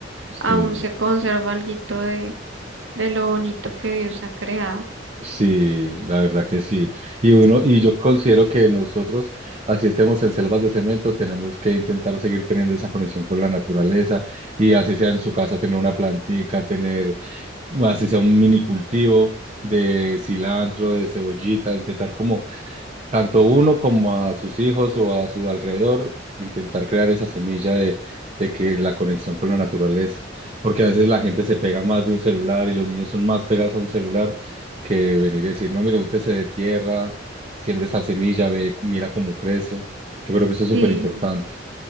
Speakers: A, on the right; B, on the right.
A: Sí,
B: aún se conserva alguito de, de lo bonito que Dios ha creado.
A: sí, la verdad que sí. Y uno, y yo considero que nosotros, así estemos en selvas de cemento, tenemos que intentar seguir teniendo esa conexión con la naturaleza y así sea en su casa tener una plantica, tener, así sea un mini cultivo de cilantro, de cebollita, intentar como tanto uno como a sus hijos o a su alrededor, intentar crear esa semilla de, de que de la conexión con la naturaleza, porque a veces la gente se pega más de un celular y los niños son más pegados a un celular que venir y decir, no, mira, úntese de tierra, siembra esa semilla, ve, mira cómo crece. Yo creo que eso es súper
B: Sí,
A: importante.